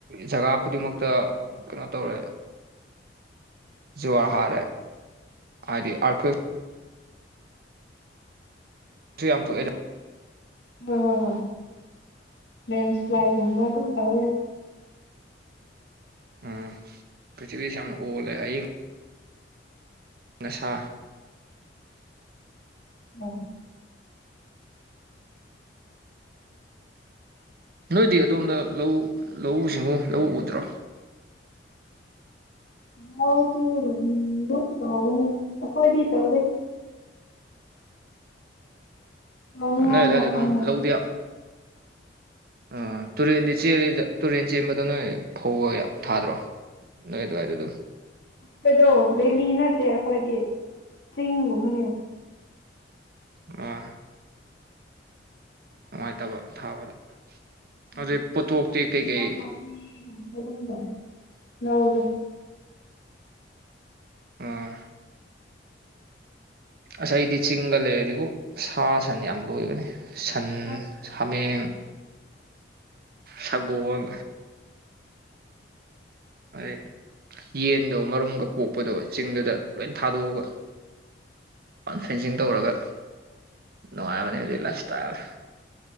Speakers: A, on the right; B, on the left.
A: ꯖꯒꯥ ꯈꯨꯗꯤꯡꯃꯛꯇ ꯀꯩꯅꯣ ꯇꯧꯔꯦ ꯋꯥ ꯍꯥꯥ ꯍꯥꯏꯗꯤ ꯑꯈ ꯌꯥꯝ ꯊꯣꯛꯑꯦ
B: ꯍ ꯍꯣꯏ ꯍꯣꯏ ꯂꯁ꯭ꯂꯥꯏꯒꯕ ꯑꯗꯨꯝ ꯇ ꯍꯌꯦ
A: ꯎꯝ ꯄꯊꯕꯤꯁ ꯑꯃ ꯑꯣꯂꯦ ꯑꯩ ꯑꯁ
B: ꯎꯝ
A: ꯅꯣꯏꯗꯤ ꯑꯗꯣꯝꯗ ꯂꯧ ꯂꯧꯎ ꯁꯤꯡꯎ ꯂꯧ ꯎꯗ꯭ꯔꯣ
B: ꯍꯎ ꯑꯗꯨ ꯎꯝ ꯑꯗꯨ ꯍꯒꯈꯣꯏꯗꯤ ꯇꯧꯗꯦ ꯇꯧꯅꯤꯡꯉꯥꯏ
A: ꯑ ꯅꯣꯏ ꯑꯗꯨꯏꯗ
B: ꯃꯐꯝ
A: ꯑꯗꯨꯝ
B: ꯂꯩꯇꯦ
A: ꯂꯧꯗꯤ ꯑ ꯇꯨꯔꯤꯦꯟꯗꯤ ꯏ ꯆꯦꯜꯂꯤꯗ ꯇꯨꯔꯦꯟ ꯆꯦꯟꯕꯗ ꯅꯣꯏ ꯐꯧꯔ ꯌꯥꯝ ꯊꯥꯗ꯭ꯔꯣ ꯅꯣꯏ ꯑꯗꯨꯋꯥꯏꯗ ꯑꯗꯨꯝ
B: ꯑꯈꯣꯏꯗꯣ ꯕꯦꯂꯤ ꯅꯠꯇꯦ ꯑꯩꯈꯣꯏꯗꯤ ꯆꯤꯡꯒꯨꯝꯕꯅꯦ
A: ꯑ ꯅꯨꯡꯉꯥꯏꯇꯕ ꯊꯥꯕꯗ
B: ꯎ
A: ꯑꯗꯨꯗꯩ ꯄꯣꯠꯊꯣꯛꯇꯤ
B: ꯃꯤꯗꯥꯅ
A: ꯀꯩꯀꯩ
B: ꯐ ꯑꯗꯨꯗꯦ ꯌꯥꯎꯗ
A: ꯎꯝ ꯉꯁꯥꯏꯗꯤ ꯆꯤꯡꯒ ꯂꯩꯔꯗꯤꯕꯨ ꯁꯥ ꯁꯟ ꯌꯥꯝ ꯂꯣꯏꯕꯅꯦ ꯁꯟ
B: ꯑꯁ
A: ꯁꯥꯃꯦꯡ ꯁꯒꯣꯜ ꯍꯥꯏꯩ ꯌꯦꯟꯗꯣ ꯃꯔꯨꯝꯒ ꯀꯣꯛꯄꯗꯣ ꯆꯤꯡꯗꯨꯗ ꯂꯣꯏ ꯊꯥꯗꯣꯛꯑꯒ ꯐꯦꯟꯁꯤꯡ ꯇꯧꯔꯒ ꯅꯨꯡꯉꯥꯏꯕꯅꯦꯕꯗꯤ ꯂꯥꯏꯞ ꯏꯁꯇꯥꯏꯜ